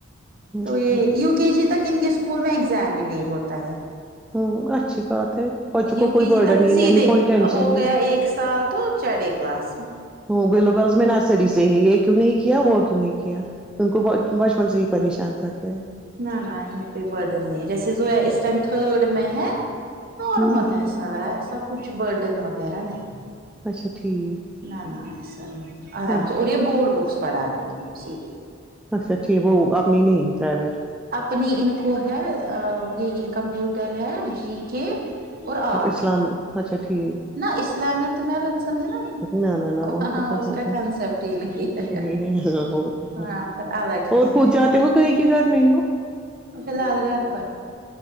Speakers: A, in the centre; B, on the right (about 45°).
A: ہ
B: تو یہ یوگ کے جی تک ان کے اسکول میں ایگزام ہی نہیں ہوتا ہے
A: ہوں اچھی بات ہے بچوں کو
B: یو
A: کوئی
B: کی
A: برڈن
B: جی تک
A: ہی
B: سیدھے
A: نہیں کوئی ٹینشن
B: ہو
A: نہیں
B: گیا ایک سال تو چیڈے کلاس میں
A: ہ گلوبل میں نرسری سے ہے یہ کیوں نہیں کیا وہ کیوں نہیں کیا ان کو بچپن سے ہی پریشان تھا آے
B: نہ نہ ان پہ برڈن نہیں جیسے زویا اس ٹائم تھرڈ میں ہے نارمل
A: ہ
B: ہے سب سارا ایسا کچھ برڈن وغیرہ نہیں
A: اچھا ٹھیک
B: نہ نہ ایسا نہیں آرام
A: ہاں
B: سے اور یہ بورڈ بکس پڑھاتے ان کو سیدھے
A: اچھا ٹھیک وہ اپنی نہیں پرائیوٹ
B: اپنی ان کو ہے یہی کمپیوٹر ہے جی کے اور آرٹ
A: وہ اسلام اچھا ٹھیک ہے
B: نہ اسلامیہ تو میرسند ہے نا ہی
A: نہ نہ نہ
B: وہاں
A: پہ تو
B: اس
A: ہوگا
B: کا کنسپٹ ہی نہیں ہے
A: نہیں ہاں وہ تو
B: وہاں
A: ہے
B: پر الگ
A: اور
B: حصہ
A: کود جاتے ہو کہیں کے گھر نہیں ہو
B: فل لال گھر پر